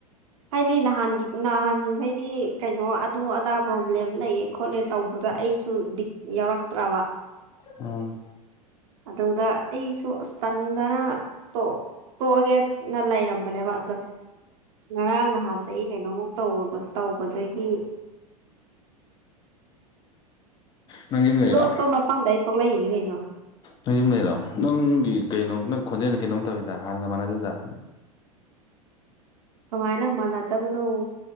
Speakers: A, on the right; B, on the left.
A: ꯍꯥꯏꯗꯤ ꯅꯍꯥꯟꯒꯤ ꯅꯍꯥꯟꯈꯩꯗꯤ ꯀꯩꯅꯣ ꯑꯗꯨ ꯑꯗꯥ ꯄ꯭ꯔꯣꯕ꯭ꯂꯦꯝ ꯂꯩꯌꯦ꯫ ꯈꯣꯠꯂꯦ ꯇꯧꯕꯗꯨꯗ ꯑꯩꯁꯨ ꯕꯤꯠ ꯌꯥꯎꯔꯛꯇ꯭ꯔꯥꯕ꯫
B: ꯎꯝ
A: ꯑꯗꯨꯗ ꯑꯩꯁꯨ ꯑꯁ ꯇꯟꯗꯅ ꯇꯣ ꯇꯣꯛꯑꯒꯦ ꯅ ꯂꯩꯔꯝꯕꯅꯦꯕ ꯑꯗꯨꯗ, ꯉꯔꯥꯡ ꯅꯍꯥꯟꯗꯒꯤ ꯀꯩꯅꯣꯃꯨꯛ ꯇꯧꯔꯨꯕ ꯇꯧꯕꯗꯒꯤ,
B: ꯅꯪ ꯌꯨꯝ ꯂꯩꯔꯣ
A: ꯂꯣꯠꯄ ꯃꯐꯝꯗꯩ ꯊꯣꯛꯂꯛꯏꯅꯤ ꯀꯩꯅꯣ꯫
B: ꯅꯪ ꯌꯨꯝ ꯂꯩꯔꯣ ꯅꯪ ꯒꯤ ꯀꯩꯅꯣ ꯅꯪ ꯈꯣꯟꯖꯦꯜꯖꯦ ꯀꯩꯅꯣꯝ ꯇꯧꯋꯤꯗ ꯍꯥꯟꯅꯒ ꯃꯥꯟꯅꯗꯦꯗ꯫
A: ꯀꯃꯥꯏꯅ ꯃꯥꯟꯅꯇꯕꯅꯣ꯫